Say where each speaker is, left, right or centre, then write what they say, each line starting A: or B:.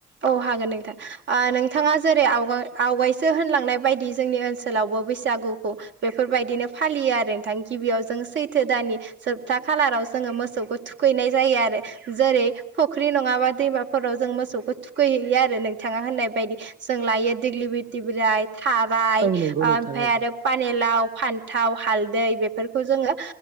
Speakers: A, on the right; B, on the right.
A: औ हागोन नोंथां आ नोंथाङा जेरै आवगाय- आवगायसो होनलांनाय बायदि जोंनि ओनसोलावबो बैसागुखौ बेफोरबायदिनो फालि आरो नोंथां गिबियाव जों सैथो दानानि सोबथा खालाराव जोङो मोसौखौ थुखैनाय जायो आरो जेरै फुख्रि नङाबा दैमा फोराव जों मोसौखौ थुखैहैयो आरो नोंथाङा होननाय बायदि जों लायो दिग्लि बिटि ब्राइ थाराय
B: औ नंगौ नोंथां
A: ओमफ्राय
B: औ
A: आरो लाव फान्थाव हालदै बेफोरखौ जोङो